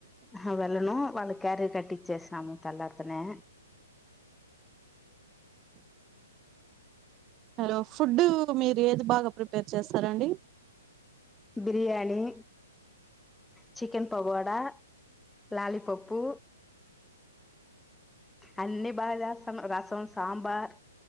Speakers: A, in the centre; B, on the right (about 30°).
A: ఆ వెళ్ళను వాళ్ళకి క్యారేజ్ కట్టిచ్చేసాము తల్లారితనే
B: హలో ఫుడ్ మీరు ఏది బాగా ప్రిపేర్ చేస్తారండి
A: బిర్యానీ చికెన్ పగోడా లాలిపప్పు అన్ని బాగా చేస్తాం రసం సాంబార్